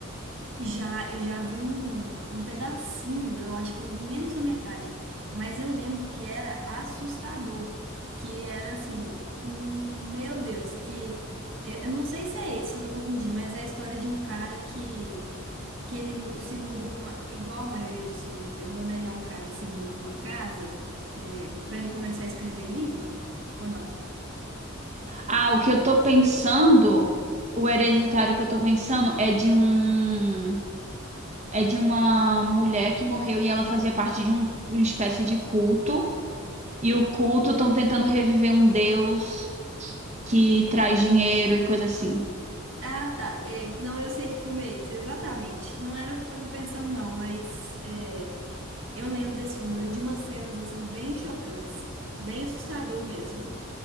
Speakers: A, on the right; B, on the right.
A: Já, eu já vi um, um pedacinho, eu acho que eu vi menos da metade, mas eu lembro que era assustador, que era assim, hum, meu Deus, que eu, eu não sei se é esse, eu tô confundindo, mas é a história de um cara que que ele mu- se muda para uma, igual a maioria dos filmes de terror, né? É um cara que se muda para uma casa, é, para ele começar a escrever livro, ou não?
B: Ah, o que eu tô pensando, o Hereditário que eu tô pensando é de um. É de uma mulher que morreu e ela fazia parte de um, uma espécie de culto. E o culto estão tentando reviver um deus que traz dinheiro e coisa assim.
A: Ah, tá. É, não, eu sei que filme é esse, exatamente. Não era o que eu tava pensando, não, mas é, eu lembro desse filme, eu lembro de umas cenas assim bem chocantes, bem assustador mesmo.